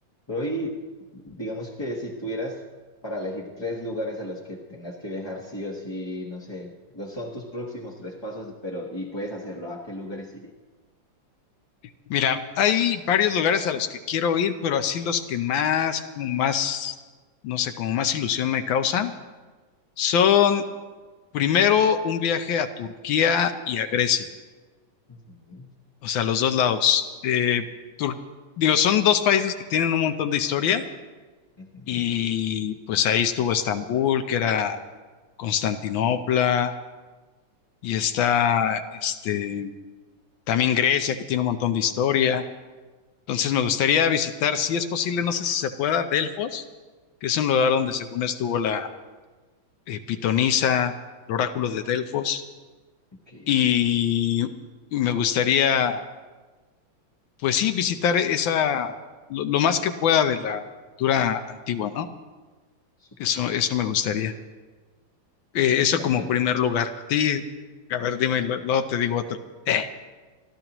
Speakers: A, on the left; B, on the left.
A: Pero hoy, digamos que si tuvieras para elegir tres lugares a los que tengas que viajar sí o sí, no sé, los son tus próximos tres pasos, pero y puedes hacerlo, ¿a qué lugares irías?
B: Mira, hay varios lugares a los que quiero ir, pero así los que más, como más, no sé, como más ilusión me causan, son primero un viaje a Turquía y a Grecia,
A: Ujú,
B: o sea, los dos lados. Eh, Tur- digo, son dos países que tienen un montón de historia
A: ujú,
B: y pues ahí estuvo Estambul, que era Constantinopla, y está, este, también Grecia, que tiene un montón de historia. Entonces me gustaría visitar, si es posible, no sé si se pueda, Delfos, que es un lugar donde según estuvo la eh, pitonisa, el oráculo de Delfos,
A: ok,
B: y me gustaría, pues sí, visitar esa, lo, lo más que pueda de la cultura antigua, ¿no?
A: súper,
B: Eso, eso me gustaría. Eh,
A: suena
B: eso como
A: genial.
B: primer lugar. A ti, a ver, dime, lo- luego te digo otro. Eh,